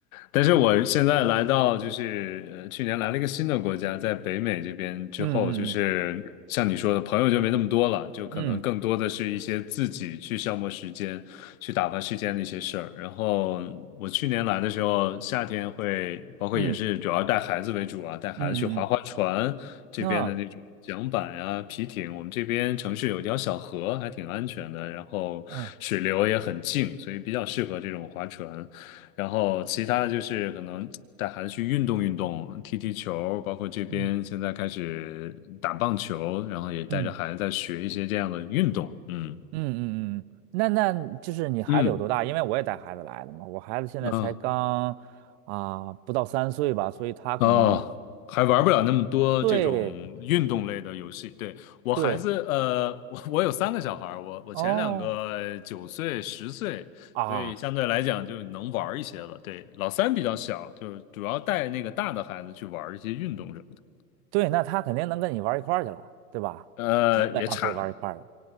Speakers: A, on the left; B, on the right.
A: 但是我现在来到就是呃，去年来了一个新的国家，在北美这边之后，
B: 嗯嗯
A: 就是像你说的，朋友就没那么多了，就可能更多的是一些自己去消磨时间、
B: 嗯
A: 去打发时间的一些事儿。然后我去年来的时候，夏天会包括也是主要带孩子为主啊，
B: 嗯
A: 带孩子去划划船，
B: 嗯嗯嗯
A: 这边的那种桨板啊、
B: 嗯嗯
A: 皮艇，我们这边城市有一条小河，还挺安全的，然后水流也很静，
B: 嗯
A: 所以比较适合这种划船。然后其他的就是可能带孩子去运动运动，踢踢球，包括这边现在开始打棒球，
B: 嗯嗯
A: 然后也带着孩子在学一些这样的运动，
B: 嗯
A: 嗯
B: 嗯，嗯嗯那那就是你孩子有多大？
A: 嗯。
B: 因为我也带孩子来的嘛，我孩子现在才刚啊不到三岁吧，
A: 啊。
B: 所以他可能
A: 哦，还玩不了那么多这种运动类的游戏。
B: 对
A: 对，我孩子，
B: 对
A: 呃，我我有三个小孩儿我我前两个九岁、
B: 哦。
A: 十岁，
B: 啊，
A: 所以相对来讲就能玩儿一些了。对，老三比较小，就是主要带那个大的孩子去玩儿一些运动什么的。
B: 对，那他肯定能跟你玩儿一块儿去了，对吧？
A: 呃，
B: 基本上可以玩儿一块儿了。
A: 也差，